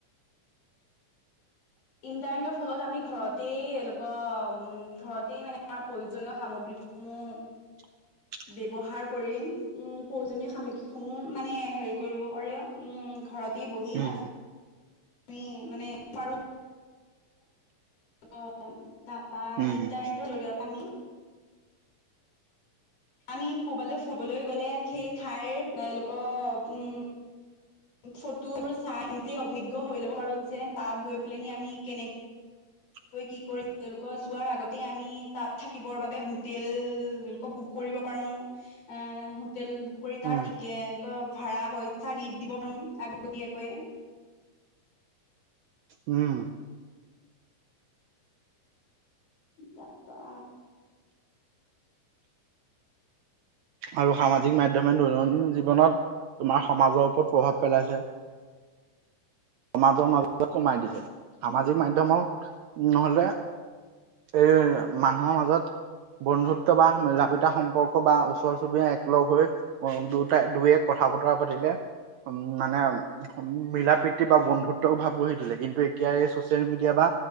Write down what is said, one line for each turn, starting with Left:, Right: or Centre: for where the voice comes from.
Left: ইণ্টাৰনেটৰ ফলত আমি ঘৰতেই এলুৱা ঘৰতেই মানে আমাৰ প্ৰয়োজনীয় সামগ্ৰীসমূহ।
Right: <unintelligible>
Left: ব্যৱহাৰ কৰি উ প্ৰয়োজনীয় সামগ্ৰীসমূহ মানে হেৰি কৰিব পাৰি উ ঘৰত। বহি
Right: উম,
Left: আমি। তুমি মানে পাৰ। অ' তাৰাপা
Right: উম,
Left: ইণ্টাৰনেটৰ জৰিয়তে আমি। আমি কবালৈ ফুৰিবলৈ গলে সেই ঠাইৰ এও লোকৰ উম। ফটো চাই নিজেই অভিজ্ঞ হৈ ল'ব আৰু যেনে তাত গৈ পেল নি আমি কেনেক।
Right: <unintelligible>
Left: কি কৰি তেওঁলোক যোৱাৰ আগতে আমি তাত থাকিবৰ বাবে হোটেলোক বুক। কৰিব পাৰো এ হোটেল। কৰি তাৰ
Right: উম,
Left: টিকেট এনেকুৱা ভাড়া পইচা দি দিব পাৰো আগতীয়াকৈ।
Right: উম।
Left: তাৰ পা
Right: আৰু সামাজিক মাধ্যমে দৈনন্দিন জীৱনত তোমাৰ সমাজৰ ওপৰত প্ৰভাৱ পেলাইছে। সমাজৰ মাজত কমাই দিছে। সামাজিক মাধ্যমত নহলে, এ মানুহৰ মাজত, বন্ধুত্ব বা জাপিতা সম্পৰ্ক বা ওচৰ চুবুৰীয়া একলগ হৈ, দুটাই দুয়ে কথা বতৰা পাতিলে উম, মানে মিলা প্ৰীতি বা বন্ধুত্বও ভাৱ গঢ়ি তোলে। কিন্তু, তেতিয়াই এই চচিয়েল মিডিয়া বা